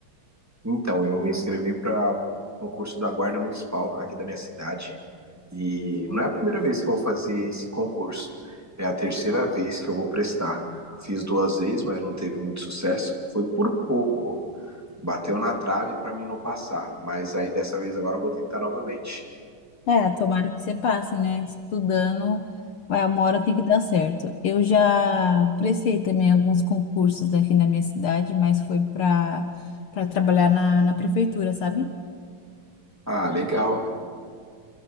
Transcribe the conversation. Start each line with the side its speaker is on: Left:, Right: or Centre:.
Centre: Então, eu me inscrevi para um curso da Guarda Municipal aqui da minha cidade. E não é a primeira vez que eu vou fazer esse concurso. É a terceira vez que eu vou prestar. Fiz duas vezes, mas não teve muito sucesso. Foi por pouco. Bateu na trave para mim não passar. Mas aí dessa vez agora eu vou tentar novamente.
Left: É, tomara que você passe, né? Estudando, vai, uma hora tem que dar certo. Eu já prestei também alguns concursos aqui na minha cidade, mas foi para para trabalhar na, na prefeitura, sabe?
Centre: Ah, legal.